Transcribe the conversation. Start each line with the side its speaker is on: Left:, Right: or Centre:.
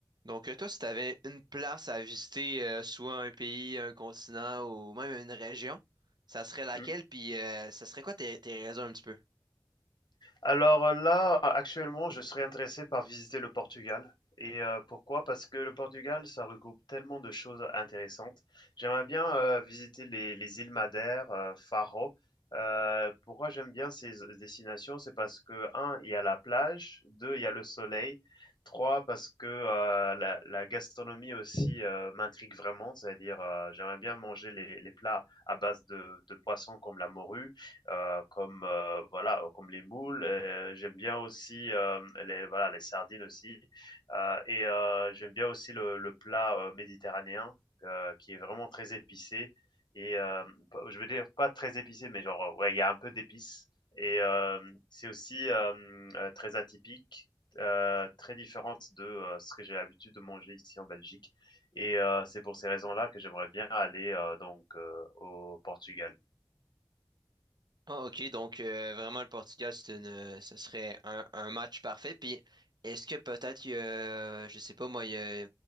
Right: Donc, euh, toi, si tu avais une place à visiter, euh, soit un pays, un continent ou même une région, ça serait laquelle?
Left: Mmh.
Right: Puis, euh, ça serait quoi tes, tes raisons un petit peu?
Left: Alors, euh, là, actuellement, je serais intéressé par visiter le Portugal et heu, pourquoi? Parce que le Portugal, ça regroupe tellement de choses intéressantes. J'aimerais bien, heu, visiter les les îles Madère, heu, Faro. Heu, pourquoi j'aime bien ces destinations? C'est parce que un, il y a la plage, Deux, il y a le soleil, Trois, parce que, heu, la la gastronomie aussi, heu, m'intrigue vraiment, c'est-à-dire, heu, j'aimerais bien manger les les plats à base de de poissons comme la morue, heu, comme, heu, voilà, euh, comme les moules, heu, j'aime bien aussi, hem, les voilà, les sardines aussi, heu et heu, j'aime bien aussi le le plat, heu, méditerranéen, heu, qui est vraiment très épicé et hem, p je veux dire pas très épicé, mais genre, euh, ouais, il y a un peu d'épices et hem, c'est aussi, hem, heu, très atypique, heu, très différente de, heu, ce que j'ai l'habitude de manger ici en Belgique et heu, c'est pour ces raisons-là que j'aimerais bien aller, heu, donc heu, au Portugal.
Right: Ah, ok. Donc, euh, vraiment, le Portugal, c'est une, euh, ce serait un, un match parfait. Puis, est-ce que peut-être, il y a, euh, je sais pas, moi, il y a